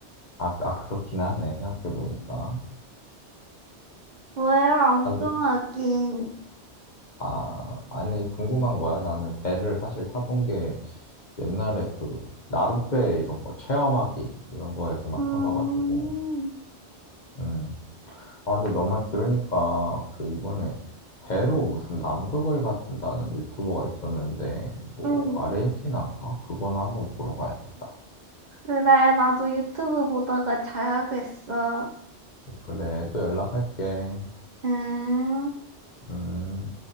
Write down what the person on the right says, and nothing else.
뭐야, 엉뚱하긴.
음,
음,
그래, 나도 유튜브 보다가 자야겠어.
음.